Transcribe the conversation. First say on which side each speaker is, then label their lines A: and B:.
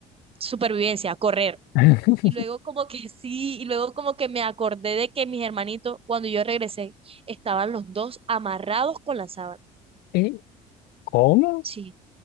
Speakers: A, on the right (about 35°); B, on the left (about 70°).
A: supervivencia, correr.
B: <laughs>
A: Y luego como que <laughs> sí, y luego como que me acordé de que mis hermanitos, cuando yo regresé, estaban los dos amarrados con la sábana.
B: ¿Y ¿Cómo?
A: Sí,